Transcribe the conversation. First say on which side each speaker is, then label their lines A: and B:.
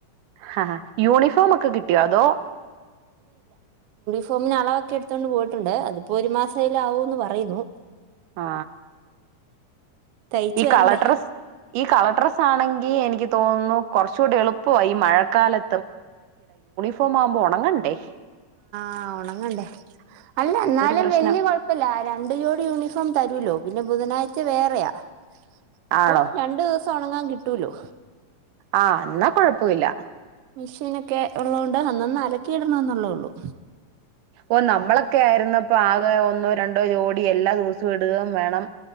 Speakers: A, on the right (about 85°); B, on the right (about 65°).
A: ഹ ഹ യൂണിഫോമക്കെ കിട്ടിയോ അതോ
B: പ്പം ഞാനതൊക്കെ എടുത്തോണ്ട് പോയി ട്ടുണ്ട് അതിപ്പോ ഒരു മാസേലും ആകുന്ന് പറയുന്നു.
A: ആ
B: തയ്ച്ചു
A: ഈ
B: വരണ്ടേ
A: കളർ ഡ്രസ്സ് ഈ കളർ ഡ്രസ്സ് ആണെങ്കി എനിക്ക് തോന്നുണു കുറച്ചു കൂടി എളുപ്പമാ ഈ മഴക്കാല ഫോമാവുമ്പോ ഒണങ്ങണ്ടേ.
B: ആഹ് ഒണങ്ങണ്ടെ അല്ല എന്നാലും
A: പ്രശ്നം
B: വല്ല്യ കൊഴപ്പ ഇല്ല രണ്ട് ജോഡി യൂണിഫോം തരൂല്ലോ. വി ഇന് ബുധനാഴ്ച്ച വേറയാ അപ്പം
A: ആണോ
B: രണ്ട് ദെവസം ഒണങ്ങാൻ കിട്ടോലൊ
A: ആഹ് എന്നാ കൊഴപ്പൊ ഇല്ല
B: മിഷേനക്കെ ഒള്ളോണ്ട് അന്നന്ന് അലക്കി ഇടണോന്നൊള്ളോള്ളു
A: ഓ നമ്മളക്കെ ആയിരുന്നപ്പ ആ ഇപ്പേ ഒന്നോ രണ്ടോ ജോഡി എല്ലാ ദെവ്‌സവും ഇട്‌കേം വേണം